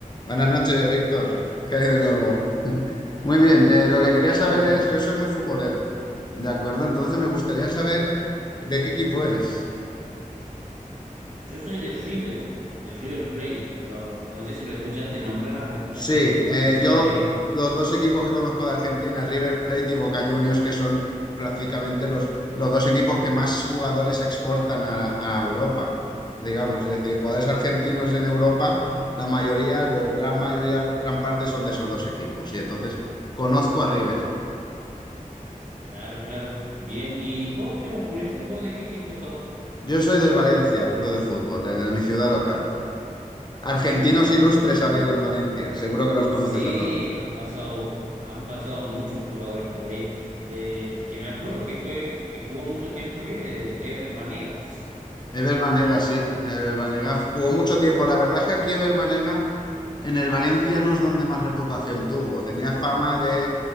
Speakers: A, on the left (about 30°); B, on the right (about 60°).
A: Buenas noches, Víctor. ¿Qué hay de nuevo? <laughs> Muy bien, eh, lo que
B: Acá
A: quería saber
B: estamos.
A: es, yo soy muy futbolero, ¿de acuerdo? Entonces me gustaría saber de qué equipo eres.
B: Yo soy de River, de River Plate. Lo- no sé si lo escuchaste nombrar, lo escuchaste
A: Sí, eh,
B: mencionar.
A: yo
B: eh,
A: los dos equipos que conozco de Argentina, River Plate y Boca Juniors, que son prácticamente los, los dos equipos que más jugadores exportan a, a Europa, digamos. Es decir, jugadores argentinos en Europa, la mayoría o gran mayoría, gran parte son de esos dos equipos. Y entonces conozco a River.
B: Claro, claro. Bien. ¿Y vos? Tengo curiosidad, ¿vos de qué equipo sos?
A: Yo soy del Valencia, club de fútbol, el de mi ciudad local. Argentinos
B: Claro, de tu
A: ilustres
B: ciudad local.
A: ha habido en Valencia, seguro que los conoces
B: Sí,
A: a todos.
B: han pasado, han pasado muchos jugadores por ahí. Del que me acuerdo que fue, que jugó mucho tiempo ahí, es de Ever Vanegas.
A: Ever Banega, sí. Ever Banega jugó mucho tiempo. La verdad es que aquí Ever Banega en el Valencia no es donde más reputación tuvo. Tenía fama de